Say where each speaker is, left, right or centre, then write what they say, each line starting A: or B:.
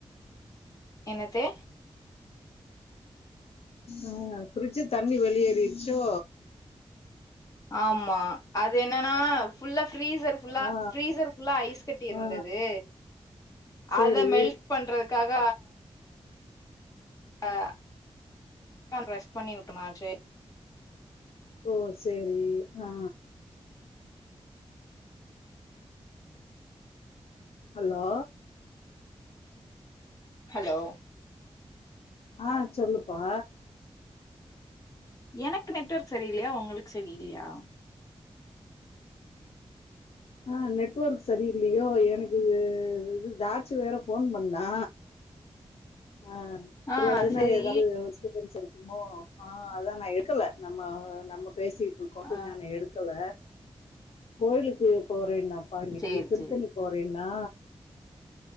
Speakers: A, on the left; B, on the left.
A: என்னத்தே
B: ஆஹ் ஃப்ரிச்சு தண்ணி வெளியேறிற்ச்சோ
A: ஆமா அது என்னனா ஃபுல்லா ஃப்ரீசர் ஃபுல்லா
B: ஆ
A: ஃப்ரீசர் ஃபுல்லா ஐஸ் கட்டி இருந்து
B: ஆ
A: து
B: சரி
A: அத மெல்ட் பண்றக்காக ஆ பட்டான் ப்ரெஸ் பண்ணி உட்டனா ட்ரே
B: ஓ செரி ஆ அலோ
A: ஹலோ
B: ஆ சொல்லுப்பா
A: எனக்கு நெட்வர்க் சரியில்லயா உங்களுக் சரியில்லயா
B: ஆ நெட்ஒர்க் சரியில்லியோ எனக்கு இது இது தாச்சு வேற ஃபோன் பண்ணா ஆஹ்
A: ஆ
B: ஒரு வேல அதுனால
A: சரி
B: ஏதாவ்து டிஸ்டபன்ஸ் இருக்குமோ ஆஹ் அதா நா எடுக்கல நம்ம நம்ம பேசிடு இருக்கோன்ட்
A: ஆ
B: நானு எடுக்கல கோயிலுக்கு போறேனாப்பா இன்னிக்கி
A: சேரி
B: திருத்தணி
A: சேரி
B: போறேன்னா